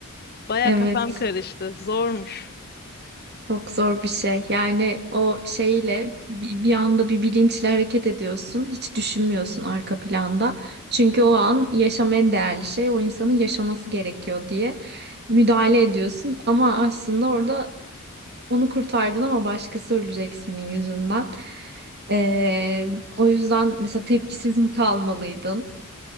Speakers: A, on the left; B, on the right.
A: Baya
B: evet.
A: kafam karıştı. Zormuş.
B: çok zor bir şey. Yani o şeyle bi- bir anda bir bilinçle hareket ediyorsun. Hiç düşünmüyorsun arka planda. Çünkü o an yaşam en değerli şey. O insanın yaşaması gerekiyor diye müdahale ediyorsun. Ama aslında orada onu kurtardın ama başkası ölecek senin yüzünden. Ee, o yüzden mesela tepkisiz mi kalmalıydın?